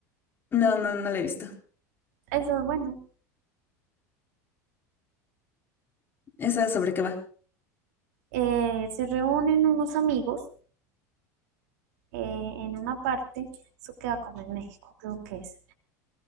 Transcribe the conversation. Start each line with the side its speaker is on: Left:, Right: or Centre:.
Left: No, no, no la he visto.
Right: Eso es bueno.
Left: ¿Esa sobre qué va?
Right: Eh, se reúnen unos amigos eh, en una parte, eso queda como en México, creo que es.